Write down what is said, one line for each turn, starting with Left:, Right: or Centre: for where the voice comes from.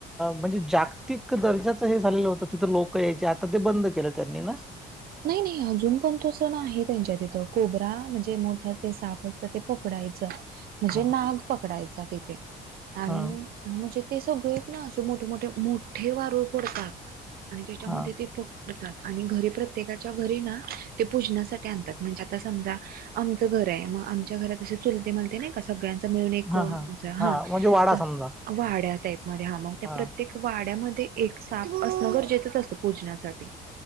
Centre: म्हणजे जाग. प्रत्यक दर्जाचं हे झालेलं होतं तिथं लोक यायचे आता ते बंद केलं त्यांनी ना
Right: नाही नाही अजुन पण तो सण आहे त्यांच्या तिथं कोबरा म्हणजे मोठ ते साप असतं ते पकडायचं म्हणजे
Centre: हा
Right: नाग पकडायचा ते आणि
Centre: हा
Right: म्हणजे ते सगळेच ना असं मोठे मोठे मोठे वारूळ पडतात आणि त्याच्यामध्ये
Centre: हा
Right: ते आणि घरी प्रत्येकाच्या घरी ना ते पुजनासाठी आणतात म्हणजे आता समजा आमचं घर आहे आमच्या घरात चुलते मालते नाही का सगळ्यां मिळुन एक
Centre: हा हा
Right: हां
Centre: हा म्हणजे वाडा
Right: तर
Centre: समजा
Right: वाडा टाईप मध्ये त्या
Centre: हा
Right: प्रत्येक वाड्यामध्ये ते एक साप असणं गरजेचंच असतं पुजनासाठी